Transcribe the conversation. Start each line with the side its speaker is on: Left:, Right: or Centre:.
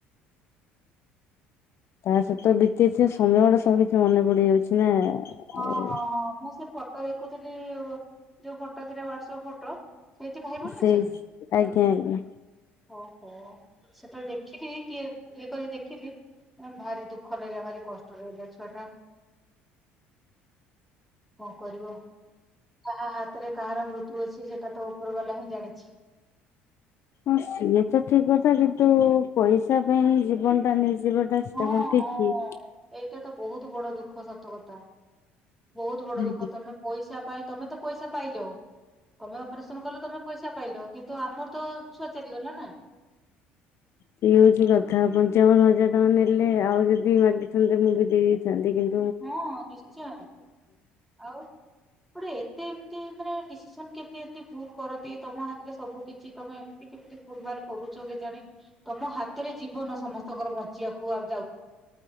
Left: ତା ସହିତ ବିତେଇ ଥିବା ସମୟ ଗୁଡା ସବୁ କିଛି ମନେ ପଡି ଯାଉଛି ନା।
Centre: ହଁ
Left: ଆଉ
Centre: ହଁ ହଁ ମୁଁ ସେ ଫଟୋ ଦେଖୁଥିଲି ଯୋଉ ଫଟୋ ଥିଲା ହ୍ୱାଟ୍ସଅପ ଫଟୋ। ସେଇଠି ଭାଇ ଭଉଣୀ
Left: ସେଇ
Centre: ଅଛନ୍ତି।
Left: ଆଜ୍ଞା ଆଜ୍ଞା।
Centre: ଓହୋ ସେତେବେଳେ ଦେଖିଲି ଟିକେ ଇଏ କରିକି ଦେଖିଲି ଭାରି ଦୁଃ- ଖରାରେ ଭାରି କଷ୍ଟ ରେ ଗଲା ଛୁଆଟା। କଣ କରିବ କାହା ହା - ଭିତରେ କାହାର ମୃତ୍ୟୁ ଅଛି ସେଟା ତ ଉପର ବାଲା ହିଁ ଜାଣିଛି।
Left: ହଁ ସିଏ ତ ଠିକ କଥା କିନ୍ତୁ ପଇସା ପାଇଁ ଜୀବନ ଟା ନେଇ ଜିବରଦାସ୍
Centre: ହଁ
Left: ତା କ ଠିକ
Centre: ହଁ।
Left: କି।
Centre: ଏଇଟା ତ ବହୁତ ବଡ ଦୁଃଖ ସତକଥା ବହୁତ ବଡ
Left: ଆଜ୍ଞା
Centre: ଦୁଃଖ ତମେ ପଇସା- ପାଇଁ ତମେ ତ ପଇସା ପାଇଲ। ତମେ ଅପରେସନ କଲ ତମେ ପଇସା ପାଇଲ କିନ୍ତୁ ଆମର ତ ଛୁଆ ଚାଲିଗଲା ନା।
Left: ସେଇଏ ହଉଛି କଥା ପଞ୍ଚାବନ ହଜାର - ନେଲେ ଆଉ ଯଦି ମାଗିଥାନ୍ତେ ମୁଁ ବି ଦେଇ ଦେଇ ଥାନ୍ତି କିନ୍ତୁ -
Centre: ହଁ ନିଶ୍ଚୟ ଆଉ ଗୋଟେ ଏତେ ଏମତି - ମାନେ ଡିସିସନ କେମିତି ଏମିତି ଭୁଲ କରନ୍ତି ତମ ହାତରେ ସବୁ କିଛି ତମେ ଏମିତି କେମିତି ଭୁଲ ଭାଲ କରୁଛ। କରୁଛ କେଜାଣି ତମ ହାତରେ ଜୀବନ ସମସ୍ତଙ୍କର ବଞ୍ଚିବାକୁ -